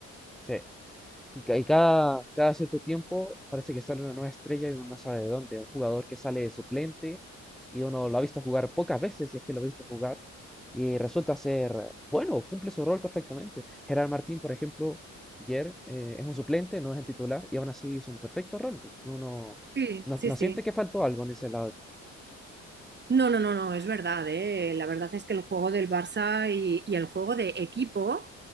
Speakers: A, in the centre; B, on the right.
A: Sí. Y, ca- y cada, cada cierto tiempo parece que sale una nueva estrella y uno no sabe de dónde. Un jugador que sale de suplente y uno lo ha visto jugar pocas veces, si es que lo ha visto jugar, y resulta ser bueno, cumple su rol perfectamente. Gerard Martín, por ejemplo, ayer eh, es un suplente, no es el titular, y aún así hizo un perfecto rol. Uno
B: Sí,
A: no,
B: Sí,
A: no
B: sí.
A: siente que faltó algo en ese lado del campo.
B: No, no, no, no, es verdad, ¿eh? La verdad es que el juego del Barça y, y el juego de equipo